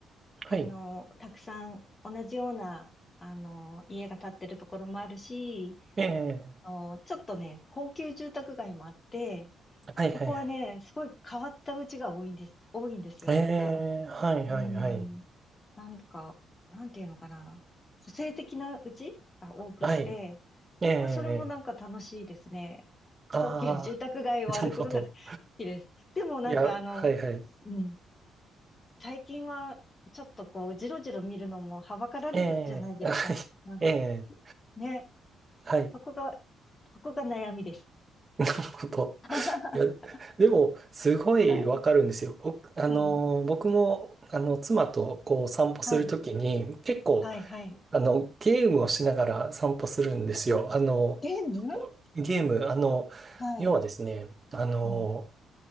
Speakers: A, on the right; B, on the left.
A: はい。
B: あの、たくさん同じような、あの、家が建ってるところもあるし、
A: ええ
B: あの、ちょっとね、高級住宅街もあって、
A: はいはいはい。
B: そこはね、すごい変わった家が多いんです、多いんですよ、
A: え
B: なんか。
A: えはいはいはい。
B: うん。なんか、なんていうのかな。個性的な家が多くって、
A: はい。ええ
B: まあ、それもなんか楽しいですね。
A: ああー、
B: 高級住宅街を歩くのが好きです。
A: <laughs> なるほど。
B: でもなんかあの、
A: いや、はいはい。
B: うん最近は、ちょっとこう、じろじろ見るのもはばかられるじゃないですか。
A: ええはい。<laughs>
B: なん
A: ええ
B: ね、
A: はい。
B: そこが、そこが悩みです。
A: <laughs> なるほど。
B: <laughs>
A: いや、でも、すごいわかるんですよ。
B: はい。
A: 僕、あの僕も、
B: うん。
A: あの、妻と、こう、散歩するときに、
B: はい。
A: 結構、
B: はい。はい。ん
A: あの、ゲームをしながら散歩するんですよ。あの、
B: ゲーム
A: ちょっとゲーム、あの、
B: はい。
A: 要はですね、あの
B: うん。